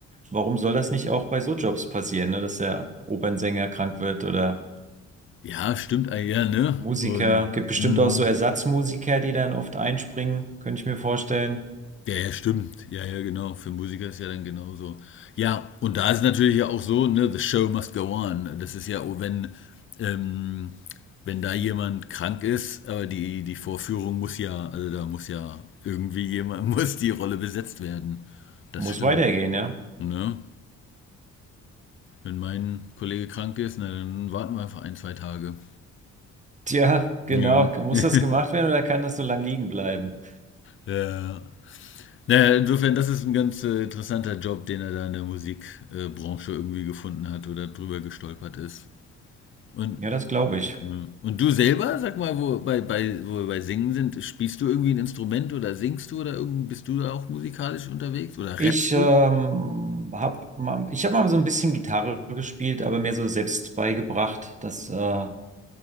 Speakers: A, on the right; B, on the left.
A: Warum soll das nicht auch bei so Jobs passieren, ne? Dass der Opernsänger krank wird oder
B: Ja, stimmt eigentlich, ja, ne?
A: Musiker?
B: Und
A: Gibt bestimmt
B: mm.
A: auch so Ersatzmusiker, die dann oft einspringen, könnte ich mir vorstellen.
B: Ja, ja, stimmt. Ja, ja, genau. Für Musiker ist ja dann genauso. Ja, und da ist natürlich ja auch so, ne, the show must go on. Das ist ja, oh, wenn, ähm, wenn da jemand krank ist, aber die, die Vorführung muss ja, also da muss ja irgendwie jemand, <laughs> muss die Rolle besetzt werden. Das
A: Muss
B: stimmt.
A: weitergehen, ja?
B: Ne? Wenn mein Kollege krank ist, na, dann warten wir einfach ein, zwei Tage.
A: Tja, genau.
B: Ja.
A: Muss
B: <laughs>
A: das gemacht werden oder kann das so lang liegen bleiben?
B: ja. Naja, insofern, das ist ein ganz äh, interessanter Job, den er da in der Musikbranche irgendwie gefunden hat oder drüber gestolpert ist. Und,
A: Ja, das glaube ich.
B: mh. und du selber, sag mal, wo, bei, bei, wo wir bei Singen sind, spielst du irgendwie ein Instrument oder singst du oder irgend, bist du da auch musikalisch unterwegs oder
A: Ich
B: rappst
A: ähm,
B: du?
A: habe mal, ich hab mal so ein bisschen Gitarre gespielt, aber mir so selbst beigebracht. Das, äh, da